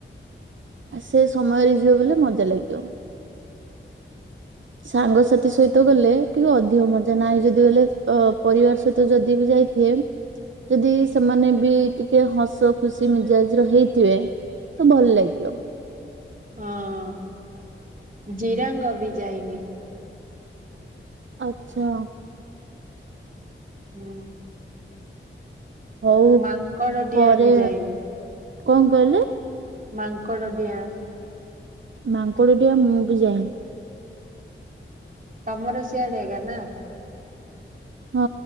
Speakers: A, on the right (about 65°); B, on the right (about 40°).
A: ଆ ସେ ସମୟରେ ଯିବ ବୋଲେ ମଜା ଲାଗିବ। ସାଙ୍ଗସାଥି ସହିତ ଗଲେ ଟିକେ ଅଧିକ ମଜା ନାହିଁ ଯଦି ଗଲେ ଅ ପରିବାର ସହିତ ଯଦି ବି ଯାଇ ଏ ଯଦି ସେମାନେ ବି ଟିକେ ହସ ଖୁସି ମିଜାଜର ହେଇଥିବେ ତ ଭଲ ଲାଗିବ।
B: ହଁ ଜିରାଙ୍ଗ ବିି ଯାଇନି।
A: ଆଛା।
B: ହୁଁ।
A: ହଉ
B: ମାଙ୍କଡ ଡିଆଁ
A: ପରେ
B: ବି ଯାଇନି
A: କଣ କହିଲେ?
B: ମାଙ୍କଡ ଡିଁଆ।
A: ମାଙ୍କଡ ଡିଆ ମୁଁ ବି ଯାଇନି।
B: ତମର ସିଆଡେ ଆକା ନା?
A: ହଁ